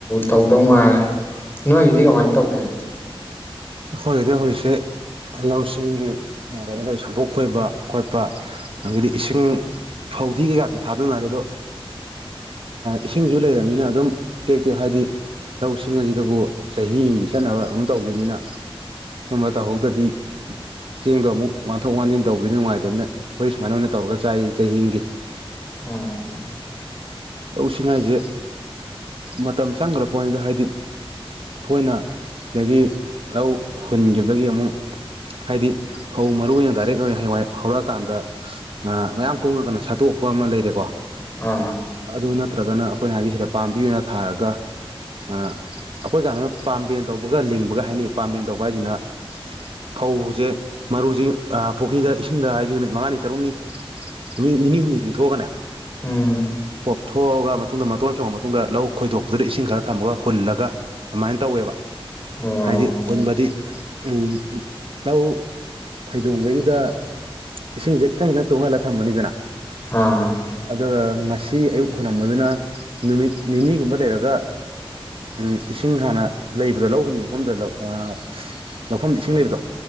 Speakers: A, on the left (about 20°); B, on the right (about 65°).
A: ꯇꯧꯗꯧ ꯉꯥꯏꯔꯦ ꯅꯣꯏꯒꯤꯗꯤ ꯀꯃꯥꯏ ꯇꯧꯒꯦ꯫
B: ꯑꯩꯈꯣꯏꯒꯤꯗꯤ ꯍꯧꯖꯤꯛꯁꯦ ꯂꯧꯁꯤꯡꯒꯤ ꯀꯩꯅꯣ ꯁꯝꯄꯣꯠ ꯈꯣꯏꯕ ꯈꯣꯠꯄ ꯑꯗꯒꯤꯗꯤ ꯏꯁꯤꯡ ꯐꯧꯗꯤ ꯀꯩꯀꯥꯗꯤ ꯊꯥꯗꯅꯔꯦ ꯑꯗꯣ ꯏꯁꯤꯡꯁꯨ ꯂꯩꯔꯃꯤꯅ ꯑꯗꯨꯝ ꯇꯦꯛ ꯇꯦꯛ ꯍꯥꯏꯗꯤ ꯂꯧꯁꯤꯡ ꯑꯁꯤꯗꯕꯨ ꯆꯍꯤ ꯑꯃꯒꯤ ꯆꯠꯅꯕ ꯑꯗꯨꯝ ꯇꯧꯕꯅꯤꯅ꯫ ꯁꯨꯝꯕ ꯇꯧꯍꯧꯗꯗꯤ ꯆꯦꯡꯗꯣ ꯑꯃꯨꯛ ꯋꯥꯟꯊꯣꯛ ꯋꯥꯟꯖꯤꯟ ꯇꯧꯕꯗꯤ ꯅꯨꯡꯉꯥꯏꯇꯕꯅꯤꯅ ꯑꯩꯈꯣꯏ ꯁꯨꯃꯥꯏꯅ ꯑꯣꯏꯅ ꯇꯧꯔꯒ ꯆꯥꯏ ꯆꯍꯤꯑꯝꯒꯤ꯫
A: ꯎꯝ꯫
B: ꯂꯧ ꯁꯤꯡꯍꯥꯏꯖꯦ ꯃꯇꯝ ꯆꯪꯒ꯭ꯔ ꯄꯣꯠꯅꯤꯗ ꯍꯥꯏꯗꯤ ꯑꯩꯈꯣꯏꯅ ꯁꯤꯗꯒꯤ ꯂꯧ ꯍꯨꯟꯒꯤꯕꯗꯒꯤ ꯑꯃꯨꯛ ꯍꯥꯏꯗꯤ ꯐꯧ ꯃꯔꯨ ꯑꯣꯏꯅ ꯗꯥꯏꯔꯦꯛ ꯑꯣꯏꯅ ꯍꯌꯦꯡꯋꯥꯏ ꯍꯧꯔꯛꯑꯀꯥꯟꯗ ꯃꯌꯥꯝ ꯀꯨꯡꯉꯒꯅ ꯁꯥꯠꯇꯣꯛꯄ ꯑꯃ ꯂꯩꯔꯦꯀꯣ꯫
A: ꯑ
B: ꯑꯗꯨ ꯅꯠꯇ꯭ꯔꯒꯅ ꯑꯩꯈꯣꯏꯅ ꯍꯥꯏꯗꯤ ꯁꯤꯗ ꯄꯥꯝꯕꯤ ꯑꯣꯏꯅ ꯊꯥꯔꯒ ꯑ ꯑꯩꯈꯣꯏ ꯀꯥꯟꯗꯅ ꯄꯥꯝꯕꯦꯟ ꯇꯧꯕꯒ ꯂꯤꯡꯕꯒ ꯍꯥꯏꯅꯤ ꯄꯥꯝꯕꯦꯟ ꯇꯧꯕ ꯕꯍꯥꯢꯖꯤꯅ ꯐꯧꯖꯦ ꯃꯔꯨꯖꯦ ꯄꯨꯈꯤꯗ ꯏꯁꯤꯡꯗ ꯍꯥꯏꯗꯤ ꯅꯨꯃꯤꯠ ꯃꯉꯥꯅꯤ ꯇꯔꯨꯛꯅꯤ ꯅꯨꯃꯤꯠ ꯅꯤꯅꯤ ꯍꯨꯝꯅꯤ ꯇꯤꯡꯊꯣꯛꯑꯒꯅꯦ
A: ꯎꯝ
B: ꯄꯣꯞꯊꯣꯛꯑꯒ ꯃꯇꯨꯡꯗ ꯃꯇꯣꯟ ꯆꯣꯡꯉ ꯃꯇꯨꯡꯗ ꯂꯧ ꯈꯣꯏꯗꯣꯛꯇꯨꯅ ꯏꯁꯤꯡ ꯈꯔ ꯊꯝꯃꯒ ꯍꯨꯜꯂꯒ ꯑꯗꯨꯃꯥꯏ ꯇꯧꯋꯦꯕ
A: ꯑꯣ
B: ꯍꯥꯏꯗꯤ ꯍꯨꯟꯕꯗꯤ꯫ ꯎꯝ ꯂꯧ ꯐꯩꯗꯣꯡꯒꯤꯗꯨꯗ ꯏꯁꯤꯡꯖꯦ ꯈꯤꯇꯪ ꯈꯤꯇꯪ ꯇꯨꯡꯍꯜꯂꯒ ꯊꯝꯃꯅꯤꯗꯅ
A: ꯑ
B: ꯑꯗꯨꯒ ꯉꯁꯤ ꯑꯌꯨꯛ ꯍꯨꯜꯂꯝꯕꯗꯨꯅ ꯅꯨꯃꯤꯠ ꯅꯤꯅꯤꯒꯨꯝꯕ ꯂꯩꯔꯒ ꯎꯝ ꯏꯁꯤꯡ ꯍꯥꯟꯅ ꯂꯩꯕꯗ ꯂꯧ ꯍꯨꯟꯒꯤꯕ ꯃꯐꯝꯗ ꯂꯧ ꯑ ꯂꯧꯐꯝꯗ ꯏꯁꯤꯡ ꯂꯩꯕꯗꯣ꯫